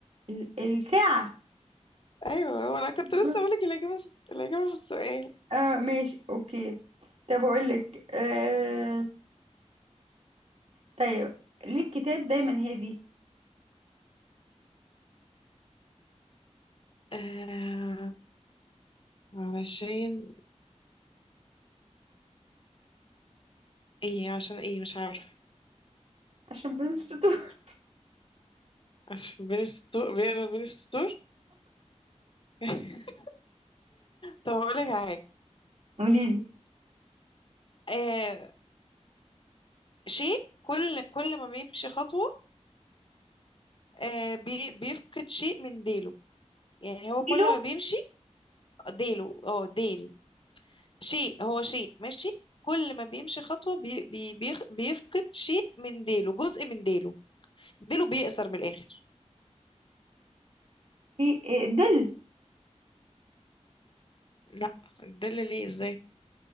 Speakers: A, on the right; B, on the left.
A: ال- الساعة
B: ايوه وانا كنت
A: آه.
B: لسه اقول لك الاجابة في- الاجابة في السؤال
A: اه ماشي اوكي طب اقول لك آه طيب ليه الكتاب دايما هادي
B: آه علشان ايه عشان ايه مش عارف
A: عشان بين السطور
B: عشان بين السطور بيقرا بين السطور <laughs> طب اقول لك على حاجه
A: <laughs> قولي لي
B: آه شيء كل كل ما بيمشي خطوه آه بي بيفقد شيء من ديله يعني هو كل
A: كيلو
B: ما بيمشي ديله اه ديل شيء هو شيء ماشي كل ما بيمشي خطوه بي بي بيخ- بيفقد شيء من ديله جزء من ديله ديله بيقصر من الاخر
A: في آه، دل
B: لا الدل ليه ازاي